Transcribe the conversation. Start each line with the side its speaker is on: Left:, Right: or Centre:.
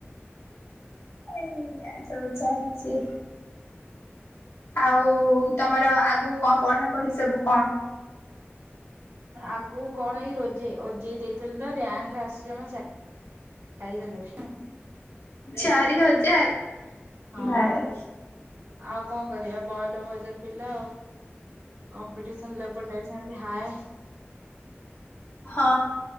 Left: ଏଇଆ ସବୁ ଚାଲିଚି। ଆଉ ତମର ଆଗକୁ କଣ ପଢାପଢି ସବୁ କଣ?
Right: ଆଗୁକୁ କଣ ଏଇ ରୋଜେଇ ଓଜେଇ ଦେଇଥିଲି ତ ରାଙ୍କ ଆସିଚି ଜମା ଚା ଚାରି ହଜାରେ।
Left: ଚାରି ହଜାର।
Right: ହଁ
Left: ଭାଇ
Right: ଆଉ କଣ କରିବା ବୟାଲବେ ହଜାର ପିଲା ଆଉ। କମ୍ପିଟିସନ୍ ଲେବୁଟା ବି ସେମିତି ହାଏ।
Left: ହଁ